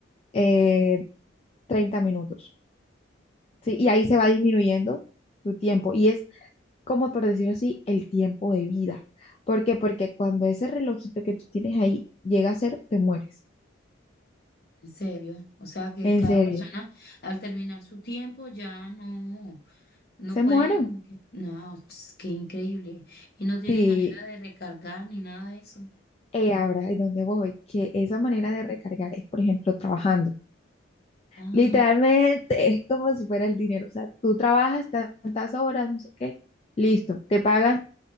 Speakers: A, on the left; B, on the left.
A: eh, 30 minutos, ¿sí? Y ahí se va disminuyendo tu tiempo. Y es como por decirlo así, el tiempo de vida. ¿Por qué? Porque cuando ese relojito que tú tienes ahí llega a cero, te mueres.
B: En serio, o sea que
A: En
B: cada
A: serio,
B: persona al terminar su tiempo ya no, no
A: se
B: pueden
A: mueren.
B: como que, no, es que increíble. Y no tienen
A: Sí,
B: manera de recargar ni nada de eso.
A: eh, ahora, ¿y dónde voy? Que esa manera de recargar es, por ejemplo, trabajando.
B: Ah,
A: Literalmente es como si fuera el dinero. O sea, tú trabajas tantas horas, no sé qué, listo, te pagan